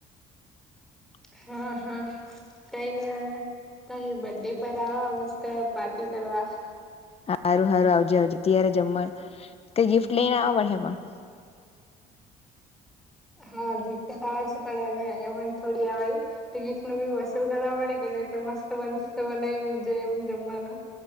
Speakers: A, on the left (about 35°); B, in the centre.
A: <unintelligible>
B: હા હા કઈ ન કઈ બર્ડે પર આવ મસ્ત પાર્ટી કરવા
A: સારું સારું આવજે આવજે ત્યારે જમવા કઈ ગિફ્ટ લઈને આવ પડે પણ <unintelligible>
B: હા ગિફ્ટટવાજ પડે ને એમને થોડી આવાય તો ગિફ્ટ નું બી વસૂલ કરવા પડે કે એટલે મસ્ત બ બના જે એમ જમવાનું